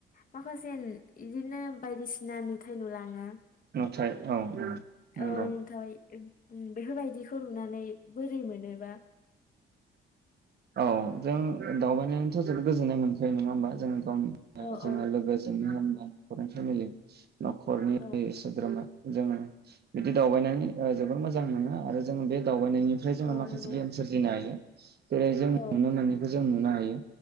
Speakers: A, on the left (about 45°); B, on the right (about 55°).
A: माखासे होन इदिनो बायदिसिना नुथाय नुलाङो।
B: नाथाय औ औ। नंगौ
A: औ नुथाय। बेफोरबायदिखौ नुनानै बोरै मोनोबा?
B: औ जों दावबायनानैथ' जोबोद गोजोननाय मोनखायो नङा होमबा जों गावनि ओ
A: औ
B: जोङो
A: औ
B: लोगोजोंनो होन पराइन फेमेलि न'खरनि
A: औ
B: सोद्रोमा जोङो बिदि दावबायनानै ओ जोबोर मोजां मोनो आरो जों बे दाव बायनायनिफ्राय जोङो
A: औ
B: माखासे
A: नंगौ
B: गियान सोरजिनो हायो। <inaudible> जेरै जों
A: औ
B: नुनो मोनिखि जों नुनो हायो